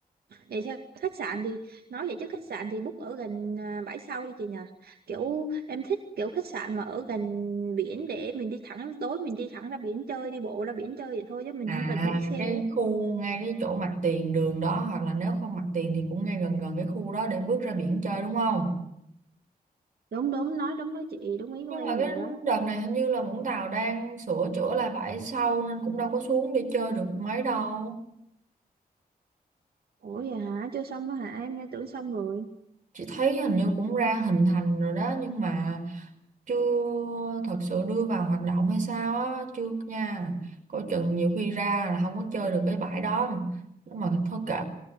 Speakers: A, on the right; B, on the right.
A: vậy sao khách sạn thì nói vậy chứ khách sạn thì book ở gần à, bãi sau đi chị nhờ kiểu em thích kiểu khách sạn mà ở gần biển để mình đi thẳng tối mình đi thẳng ra biển chơi đi bộ ra biển chơi vậy thôi chứ mình
B: à
A: không cần phải đi xe
B: cái
A: ấy.
B: khu ngay cái chỗ mặt tiền đường đó hoặc là nếu không mặt tiền thì cũng ngay gần gần cái khu đó để bước ra biển chơi đúng không
A: đúng đúng nói đúng đó chị đúng ý
B: nhưng
A: của em
B: mà cái
A: rồi đó
B: đợt này hình như là Vũng Tàu đang sửa chữa lại bãi sau nên cũng đâu có xuống để chơi được mấy đâu
A: ủa vậy hả chưa xong đó hả em nghe tưởng xong rồi
B: chị thấy hình như cũng ra hình thành rồi đó nhưng mà chưa thật sự đưa vào hoạt động hay sao á chưa nha coi chừng nhiều khi ra là không có chơi được cái bãi đó mà Nhưng mà thôi kệ